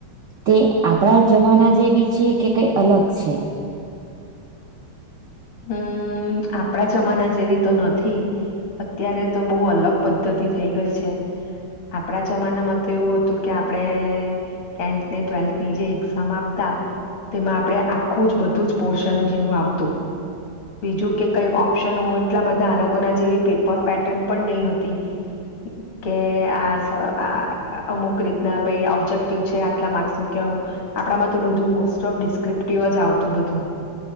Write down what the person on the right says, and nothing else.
તે આપણા જમાના જેવી છે કે કઈ અલગ છે.